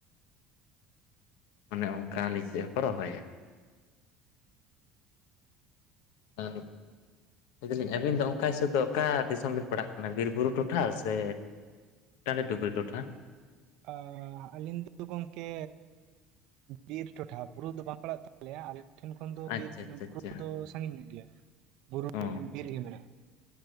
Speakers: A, on the left; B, on the right.
A: ᱚᱱᱮ ᱚᱱᱠᱟ ᱟᱞᱤᱧ ᱥᱮᱫ ᱦᱚᱸᱠᱚ ᱨᱚᱦᱚᱭᱟ ᱾ ᱟᱨ ᱞᱟᱹᱭ ᱫᱟᱹᱞᱤᱧ ᱟᱹᱵᱤᱱ ᱫᱚ ᱚᱱᱠᱟ ᱦᱤᱥᱟᱹᱵᱽ ᱫᱚ, ᱚᱠᱟ ᱫᱤᱥᱚᱢ ᱵᱤᱱ ᱯᱟᱲᱟᱜ ᱠᱟᱱᱟ ᱵᱤᱨ ᱵᱩᱨᱩ ᱴᱚᱴᱷᱟ ᱥᱮ ᱴᱟᱹᱰᱤ ᱴᱩᱠᱨᱤ ᱴᱚᱴᱷᱟ?
B: ᱚ ᱟᱹᱞᱤᱧ ᱫᱚ ᱜᱚᱢᱠᱮ ᱵᱤᱨ ᱴᱚᱴᱷᱟ ᱵᱩᱨᱩ ᱫᱚ ᱵᱟᱯᱞᱟᱜ ᱛᱟ ᱛᱟᱞᱮᱭᱟ ᱟᱞᱮ ᱴᱷᱮᱱ ᱠᱷᱚᱱ ᱫᱚ
A: ᱟᱪᱪᱷᱟ
B: ᱵᱤᱨ
A: ᱟᱪᱪᱷᱟ ᱟᱪᱪᱷᱟ
B: ᱵᱩᱨᱩ ᱫᱚ ᱥᱟᱜᱤᱧ ᱧᱚᱜ ᱜᱮᱭᱟ ᱵᱩᱨᱩ
A: ᱚ
B: ᱵᱤᱨ ᱜᱮ ᱢᱮᱱᱟᱜᱼᱟ ᱾